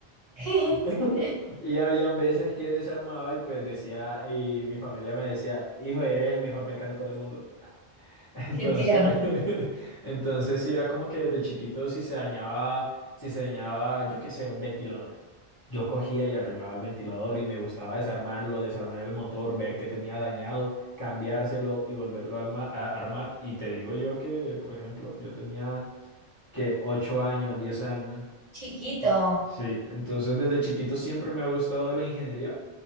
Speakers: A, on the right (about 35°); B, on the left (about 25°).
A: <laughs>
B: <laughs> Y habían veces que desarmaba y pues decía, y mi familia me decía, hijo, eres el mejor mecánico del mundo. <laughs> Entonces,
A: Qué tierno.
B: <laughs> entonces sí era como que desde chiquito si se dañaba, si se dañaba, yo qué sé, un ventilador. Yo cogía y arreglaba el ventilador y me gustaba desarmarlo, desarmar el motor, ver qué tenía dañado, cambiárselo y volverlo a, alma- a armar. Y te digo yo que, por ejemplo, yo tenía que ocho años, diez años.
A: Chiquito.
B: Sí, entonces desde chiquito siempre me ha gustado la ingeniería,